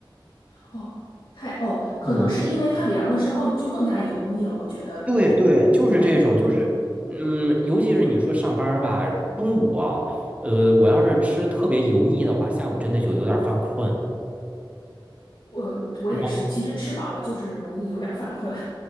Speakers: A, on the left; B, on the right.
A: 哦，太哦，可能是因为它凉了之后就更加油腻了，
B: 对
A: 我觉得。
B: 对对，就是这种，
A: 对，
B: 就是，嗯，尤其是你说上班儿吧，中午啊，呃，我要是吃特别油腻的话，下午真的就有点儿犯困。
A: 我我也是，
B: 然后，
A: 其实吃饱了就是容易有点儿犯困。